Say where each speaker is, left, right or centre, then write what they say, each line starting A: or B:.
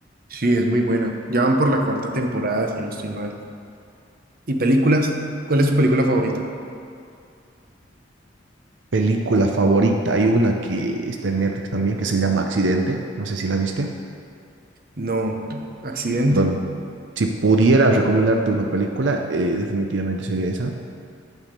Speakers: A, on the right; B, on the right.
A: Sí, es muy buena. Ya van por la cuarta temporada, si no estoy mal. ¿Y películas? ¿Cuál es tu película favorita?
B: Película favorita. Hay una que está en Netflix también que se llama Accidente. No sé si la viste.
A: No. ¿Accidente?
B: Bueno, si pudiera recomendarte una película, eh, definitivamente sería esa.